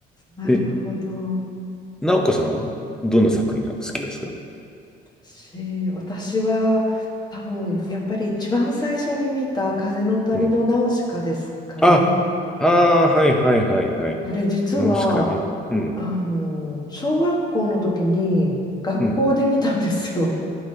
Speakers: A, on the left; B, in the centre.
A: あ、なるほど。
B: え直子さんはどの作品が好きですか
A: 私、私は多分やっぱり一番最初に見た「風の谷のナウシカ」ですかね。
B: うん。あ、ああ、はいはいはいはい。
A: あれ実は
B: ナウシカね。うん、
A: あの小学校の時に学校で見たんですよ。
B: うん。